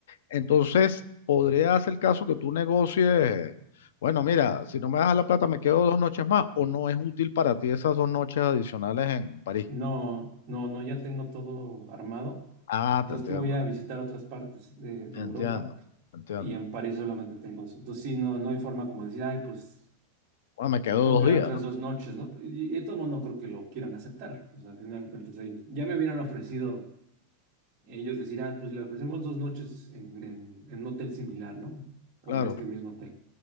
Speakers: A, on the left (about 75°); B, on the right (about 30°).
A: Entonces, podría ser el caso que tú negocies, bueno, mira, si no me das la plata, me quedo dos noches más, o no es útil para ti esas dos noches adicionales en París.
B: No, no, no, ya tengo todo armado.
A: Ah,
B: O
A: te
B: sea,
A: entiendo,
B: es que voy a visitar otras partes de, de
A: entiendo,
B: Europa.
A: entiendo.
B: y en París solamente tengo eso. Entonces, sí, no, no hay forma como decir, ay, pues
A: Bueno, me quedo
B: me puedo
A: dos
B: quedar
A: días,
B: otras
A: ¿no?
B: dos noches, ¿no? Y, y de todos modos no creo que lo quieran aceptar. O sea, al final de cuentas, ellos ya me hubieran ofrecido ellos decir, ah, pues le ofrecemos dos noches en, en, en un hotel similar, ¿no? O
A: Claro,
B: en este
A: claro,
B: mismo hotel.